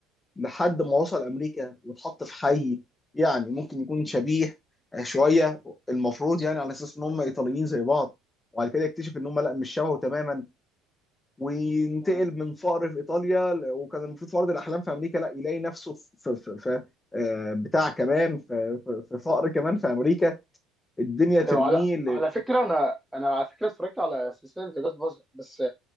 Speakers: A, on the left; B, in the centre.
A: لحد ما وصل امريكا واتحط في حي يعني ممكن يكون شبيه شويه المفروض يعني على اساس ان هم ايطاليين زي بعض وبعد كده يكتشف ان هم لا مش شبهه تماما وينتقل
B: مم.
A: من فقر في ايطاليا ل- وكان المفروض في ارض الاحلام في امريكا لا يلاقي نفسه في في في آه، بتاع كمان في في- في فقر كمان في امريكا الدنيا ترميه
B: ايوه على
A: ل-
B: على فكره انا انا على فكره اتفرجت على سلسله ذا جاد فازر بس